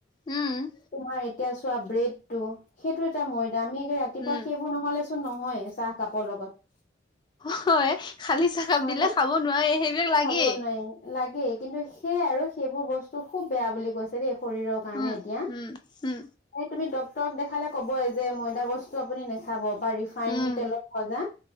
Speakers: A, on the left; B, on the left.
A: উম।
B: তোমাৰ এতিয়া চোৱা ব্ৰেডটো, সেইটো এটা ময়দা আমি ৰাতিপুৱা
A: উম
B: সেইবোৰ নহলে নহয়েই চাহ কাপৰ লগত।
A: হয় খালি চাহকাপ
B: হয়নে
A: দিলে খাব নোৱাৰি। সেইবিলাক লাগেই।
B: খাব নোৱাৰি লাগেই। কিন্তু সেইয়াই আৰু সেইবোৰ বস্তু খুব বেয়া বুলি কৈছে দেই শৰীৰৰ কাৰণে
A: উম
B: এতিয়া।
A: উম উম।
B: আমি ডক্তৰক দেখালে ক'বই যে ময়দা বস্তু আপুনি নেখাব। বা ৰিফাইন
A: উম
B: তেলত ভজা